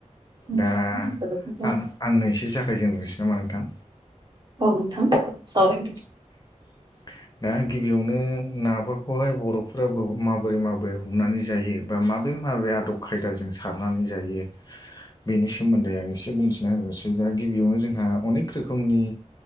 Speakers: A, on the right (about 35°); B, on the left (about 30°).
A: उम,
B: दा
A: जोबोद मोजां
B: आं आंनो एसे जागायजेनग्रनोसै नामा नोंथां
A: औ नोंथां सावराय
B: <unintelligible> दा गिबियावनो नाफोरखौहाय बर'फोरा माबोरै माबोरै हमनानै जायो बा माबे माबे आदब खायदाजों सारनानै जायो बेनि सोमोन्दै आं एसे बुंथिना होसै दा गिबियावनो जोंहा अनेक रोखोमनि